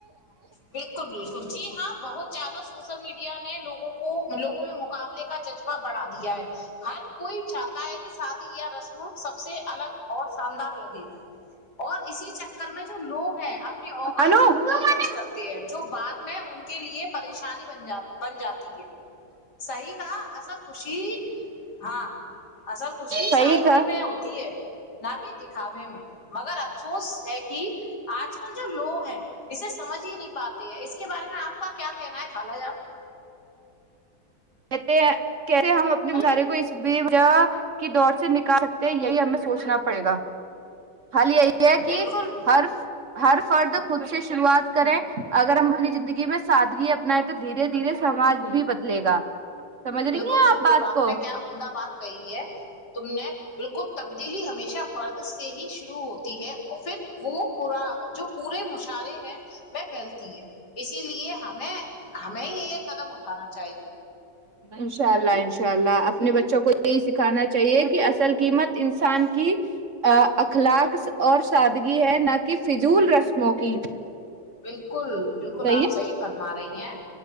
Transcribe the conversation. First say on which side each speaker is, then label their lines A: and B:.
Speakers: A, on the left (about 75°); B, on the right (about 50°).
A: بالکل بالکل جی ہاں بہت زیادہ سوشل میڈیا نے لوگوں کو لوگوں میں مقابلے کا جذبہ بڑھا دیا ہے ہر کوئی چاہتا ہے کہ ساتھ یا رسم سب سے الگ اور شاندار لگے اور اسی چکر میں جو لوگ ہیں اپنی اوقات
B: انو
A: سے بڑھ
B: صحیح
A: کر خرچ کرتے ہیں جو بعد میں ان کے لیے پریشانی بن جات بن جاتی ہے صحیح کہا اصل خوشی ہاں اصل خوشی
B: صحیح
A: سادگی
B: کہا
A: میں ہوتی ہے نہ کہ دکھاوے میں مگر افسوس ہے کہ آج کل جو لوگ ہیں اسے سمجھ ہی نہیں پاتے ہیں اس کے بارے میں آپ کا کیا کہنا ہے خال جان
B: کہت کہ رہے ہم اپنے
A: ہلو
B: سارے کو اس ج کی دور سے نکال سکتے یہی ہمیں سوچنا پڑے گا حال یہی
A: بالکل
B: کہ ہر ہر فرد خود سے شروعات کریں اگر ہم اپنی زندگی میں سادگی اپنائیں تو دھیرے دھیرے سماج بھی بدلے گا سمجھ رہی
A: بالکل
B: ہیں
A: بالکل
B: بات
A: آپ
B: کو
A: نے کیا عمدہ بات کہی ہے تم نے بالکل تبدیلی ہمیشہ فرد سے ہی شروع ہوتی ہے اور پھر وہ پورا جو پورے مشعرے ہے وہ پھیلتی ہے اسی اس لیے ہمیں ہم نہیں یہ قدم اٹ <unintelligible> کھانا چاہیے <unintelligible>
B: انشاء اللہ <unintelligible> انشاء اللہ اپنے بچوں کو یہی سکھانا چاہیے کہ اصل قیمت انسان کی اخلاق اور سادگی ہے نہ کہ فضول رسموں کی
A: بالکل بالکل
B: صحیح
A: آپ
B: ہے
A: صحی فرما رہی ہیں